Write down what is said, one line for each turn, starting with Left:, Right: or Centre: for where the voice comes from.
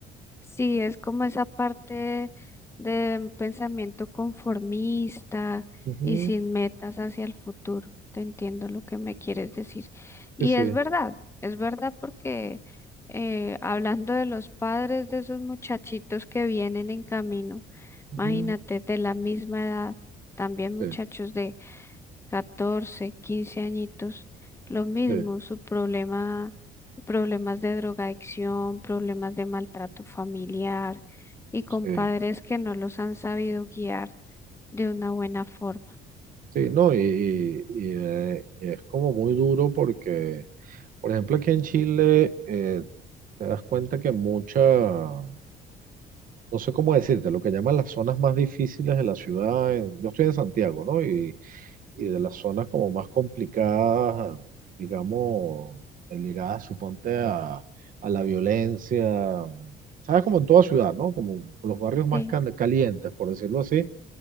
Left: Sí, es como esa parte de un pensamiento conformista
Right: Ujú,
Left: y sin metas hacia el futuro. Te entiendo lo que me quieres decir. Y
Right: Sí, sí,
Left: es verdad, es verdad porque eh, hablando de los padres de esos muchachitos que vienen en camino,
Right: ujú,
Left: imagínate, de la misma edad, también muchachos
Right: sí,
Left: de 14 15 añitos, lo mismo,
Right: sí,
Left: su problema, problemas de drogadicción, problemas de maltrato familiar y con
Right: sí,
Left: padres que no los han sabido guiar de una buena forma.
Right: sí, no, y, y- y, eh, y es como muy duro porque, por ejemplo, aquí en Chile eh, te das cuenta que mucha, no sé cómo decirte, lo que llaman las zonas más difíciles de la ciudad, en- yo estoy en Santiago, ¿no? y de las zonas como más complicadas, digamos, ligadas, suponte, a, a la violencia, ¿sabes? Como en toda ciudad, ¿no? Como los barrios más
Left: Sí,
Right: cal- calientes, por decirlo así,